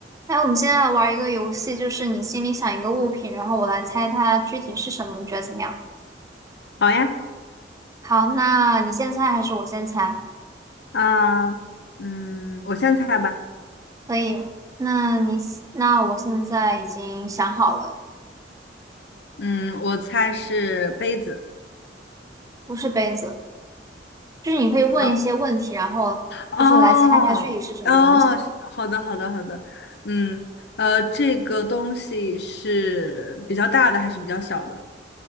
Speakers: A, on the right; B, on the left.
A: 哎，我们现在玩一个游戏，就是你心里想一个物品，然后我来猜它具体是什么，你觉得怎么样？
B: 好呀，
A: 好，那你先猜还是我先猜？
B: 啊、嗯，我先猜吧，
A: 可以。那你那我现在已经想好了，
B: 嗯，我猜是杯子，
A: 不是杯子，就是你可以问一些问题，
B: 哦
A: 然后就是来猜它具体是什么东西。
B: 哦哦，是好的好的好的，嗯，呃，这个东西是比较大的还是比较小的？